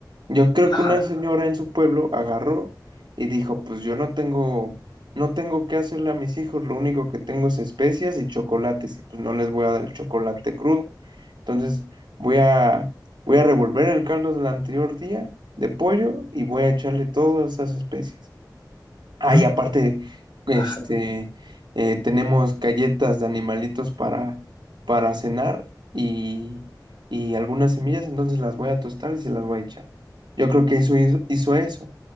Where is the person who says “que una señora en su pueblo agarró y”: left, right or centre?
Right